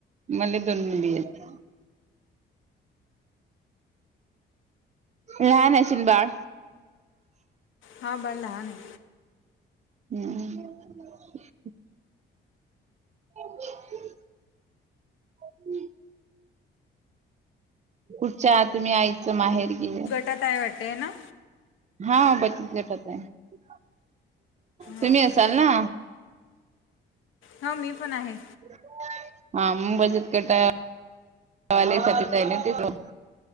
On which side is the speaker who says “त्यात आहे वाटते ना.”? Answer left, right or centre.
Left